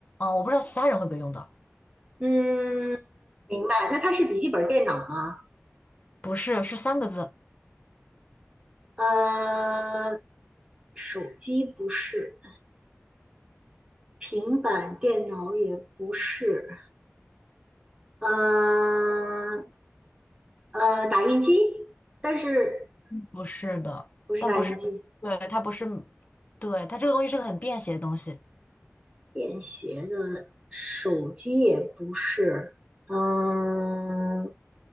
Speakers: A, on the left; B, on the right.
A: 呃我不知道其他人会不会用到。
B: 嗯，明白。那它是笔记本电脑吗？
A: 不是，是三个字。
B: 呃，手机不是，平板电脑也不是。呃呃，打印机，但是
A: 不是的，
B: 不是打印机，
A: 但不是，对，它不是，对，它这个东西是个很便携的东西。
B: 便携的手机也不是，嗯，